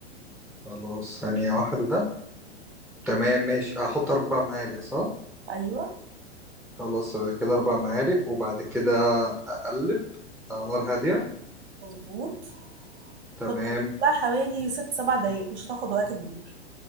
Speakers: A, in the centre; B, on the right (about 75°).
A: خلاص ثانية واحدة تمام ماشي أحط أربع معالق صح؟
B: ايوه
A: خلاص كده أربع معالق وبعد كده أقلب على نار هادية
B: مظبوط
A: تمام
B: كنت هتقلبها حوالي ست سبع دقايق مش هتاخد وقت كبير